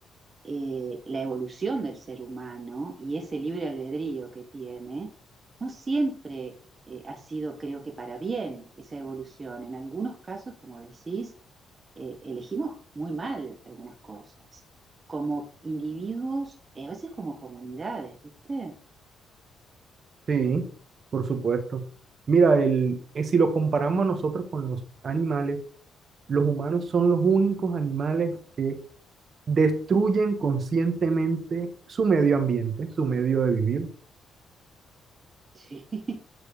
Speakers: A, on the right; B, on the right.
A: eh, la evolución del ser humano y ese libre albedrío que tiene, no siempre eh, ha sido, creo que, para bien esa evolución. En algunos casos, como decís, eh, elegimos muy mal algunas cosas, como individuos, eh, a veces como comunidades, ¿viste?
B: Sí, por supuesto. Mira, el, eh, si lo comparamos nosotros con los animales, los humanos son los únicos animales que destruyen conscientemente su medio ambiente, su medio de vivir.
A: Sí. <laughs>